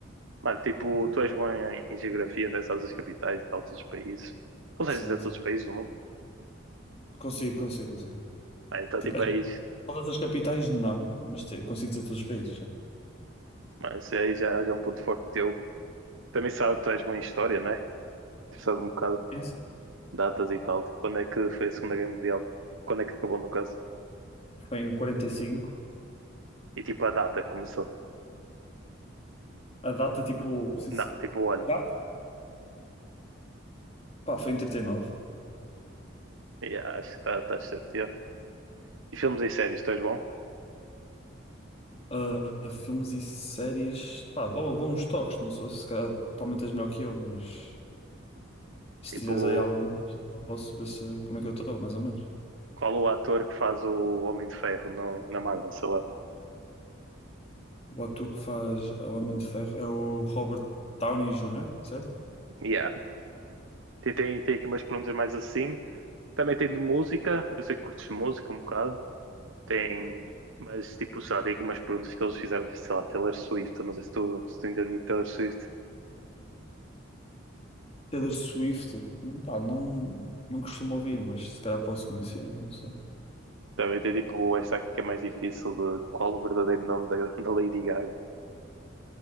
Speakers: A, on the right; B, on the left.
A: Mano, tipo, tu és bom em, em geografia, né? Sabes as capitais e tal, todos os países. Consegues
B: Sim,
A: dizer todos
B: sim.
A: os países do mundo?
B: Consigo, consigo, consigo.
A: Ah, então,
B: Tipo,
A: tipo,
B: acho
A: aí,
B: que todas as capitais não, mas te- consigo dizer todos os países. sim.
A: mano, isso aí já, já é um ponto forte teu. Também sabe, tu és bom em história, né? Tu sabes um bocado
B: Isso.
A: datas e tal. Tipo, quando é que foi a Segunda Guerra Mundial? Quando é que acabou, no caso?
B: Foi em 45.
A: E tipo, a data que começou?
B: A data tipo. se-
A: Não,
B: se-
A: tipo, o ano.
B: Data? Pá, foi em 39.
A: Yeah, acho que estás tá certo. yeah. E filmes e séries, tu és bom?
B: Ah, filmes e séries, pá, dou, dou uns toques, não sei se calhar provavelmente és melhor que eu, mas se
A: Tipo,
B: tiveres aí algum, posso ver se, como é que eu estou, mais ou menos.
A: Qual o ator que faz o Homem de Ferro no- na Marvel, sei lá.
B: O ator que faz o Homem de Ferro é o Robert Downey Jr., certo?
A: Yeah. Tem, tem, tem aqui umas perguntas mais assim. Também tem de música. Eu sei que curtes música um bocado. Tem. Mas tipo, só tem aqui umas perguntas que eles fizeram, tipo, sei lá, Taylor Swift. Eu não sei se tu, se tu entendes muito Taylor Swift.
B: Taylor Swift, pá, não, não costumo ouvir, mas se calhar posso conhecer, não sei.
A: Também tem tipo esta aqui que é mais difícil de qual o verdadeiro nome da, da Lady Gaga.